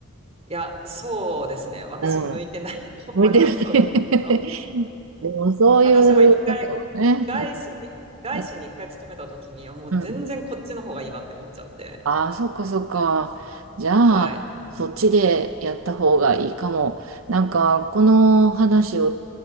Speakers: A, on the right (about 30°); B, on the right (about 75°).
A: いや、そうですね。私向いてないと思います、
B: うん、向いてな
A: そういうの。
B: い <laughs> でもそういう方はね。
A: 私も一回、外資に、外資に一回勤めた時に、
B: うん。
A: もう全然こっちの方がいいわって思っちゃって。
B: うん。ああ、そっかそっか。じゃあ、
A: はい。
B: そっちでやった方がいいかも。なんか、この話を、